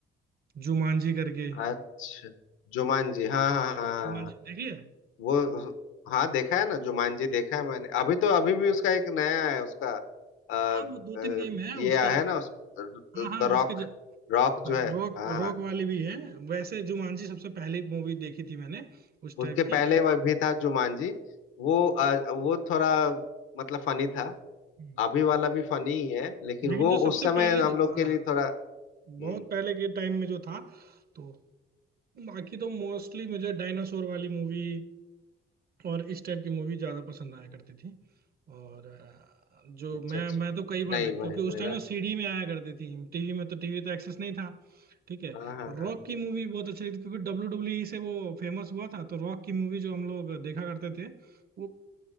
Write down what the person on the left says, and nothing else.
अच्छा जुमान जी हाँ हाँ हाँ
वो हाँ देखा है ना जुमान जी देखा है मैंने अभी तो अभी भी उसका एक नया है उसका अ,
अ,
ये
आया
है ना उस
द
रॉक
रॉक जो है
हाँ हाँ
उसके पहले
वह भी था जुमान जी वो अ, वो थोड़ा मतलब फनी था
अभी वाला भी फनी ही है लेकिन
वो
उस समय
हम
लोग
के लिए थोड़ा हम्म
अच्छा
अच्छा
नहीं
भाई
मेरा
हाँ हाँ
हाँ